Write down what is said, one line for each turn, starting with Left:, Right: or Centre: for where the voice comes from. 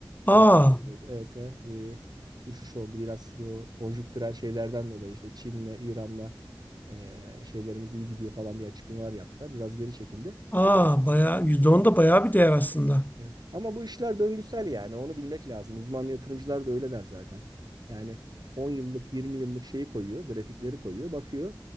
Left: Aa,
Right: Geri çekildi. Evet, he, bir düşüş oldu. Biraz bu konjüktürel şeylerden dolayı işte Çin'le, İran'la eee, şeylerimiz iyi gidiyor falan diye açıklamalar yaptılar. Biraz geri çekildi.
Left: aa bayağı %10 da bayağı bir değer aslında.
Right: Evet. Ama bu işler döngüsel yani onu bilmek lazım. Uzman yatırımcılar da öyle der zaten. Yani 10 yıllık 20 yıllık şeyi koyuyor, grafikleri koyuyor, bakıyor.